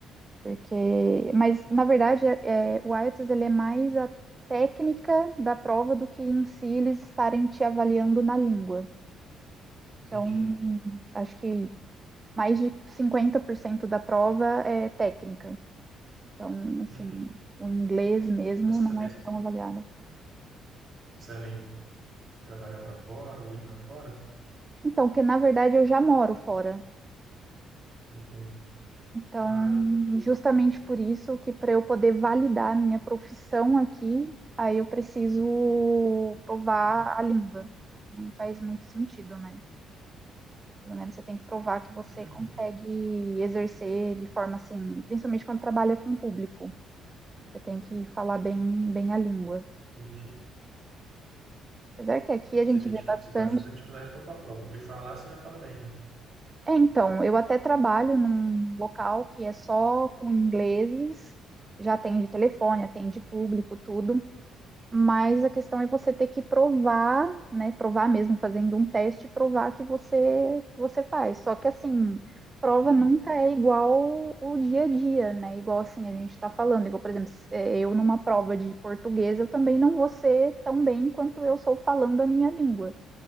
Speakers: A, on the right (about 25°); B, on the right (about 50°).
A: Porque, mas na verdade é, é, o IELTS ele é mais a técnica da prova do que em si eles estarem te avaliando na língua.
B: entendi.
A: Então, hum, acho que mais de 50% da prova é técnica. Então, assim,
B: Uhum.
A: o inglês mesmo
B: Você
A: não
B: está
A: é tão avaliado.
B: pensando em trabalhar para fora ou ir para fora?
A: Então, que na verdade eu já moro fora.
B: O que que Você tem?
A: Então,
B: Ah, entendi.
A: justamente por isso que para eu poder validar a minha profissão aqui, aí eu preciso provar
B: Uhum,
A: a língua. Nem faz muito sentido, né? Pelo menos você tem que provar que você
B: uhum,
A: consegue exercer de forma assim, principalmente quando trabalha com público. Você tem que falar bem, bem a língua.
B: entendi.
A: Apesar que aqui a
B: Você
A: gente
B: tem,
A: vê
B: dificu-
A: bastante.
B: você tá, você tem dificuldade então com a prova, porque falar você já fala bem, né?
A: É, então, eu até trabalho num local que é só com ingleses, já atende telefone, atende público, tudo. Mas a questão é você ter que provar, né? Provar mesmo, fazendo um teste, provar que você que você faz. Só que assim, prova
B: Uhum.
A: nunca é igual o dia a dia, né? Igual assim a gente está falando. Igual, por exemplo, se- eh, eu numa prova de português, eu também não vou ser tão bem quanto eu sou falando a minha língua.